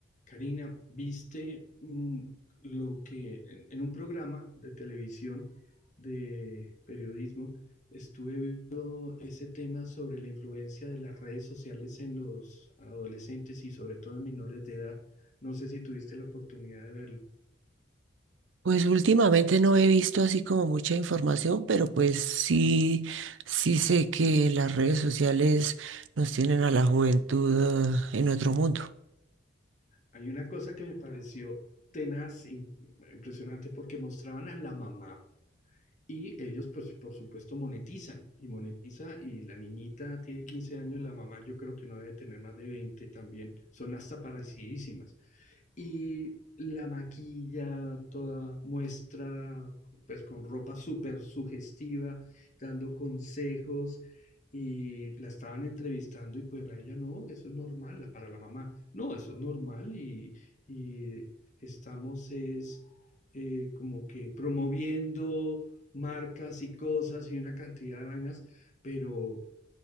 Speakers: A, on the left (about 40°); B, on the right (about 80°).
A: Karina, ¿viste mm, lo que en, en un programa de televisión de periodismo estuve viendo ese tema sobre la influencia de las redes sociales en los adolescentes y sobre todo en menores de edad? No sé si tuviste la oportunidad de verlo.
B: Pues últimamente no he visto así como mucha información, pero pues sí, sí sé que las redes sociales nos tienen a la juventud ah, en otro mundo.
A: Hay una cosa que me pareció tenaz, impresionante, porque mostraban a la mamá Y ellos, pues, por supuesto, monetizan y monetiza y la niñita tiene 15 años, la mamá yo creo que no debe tener más de 20 también, son hasta parecidísimas y la maquilla toda muestra pues con ropa súper sugestiva, dando consejos y la estaban entrevistando y pues a ella no, eso es normal, la- para la mamá, no, eso es normal y, y estamos es eh, como que promoviendo marcas y cosas y una cantidad de vainas, pero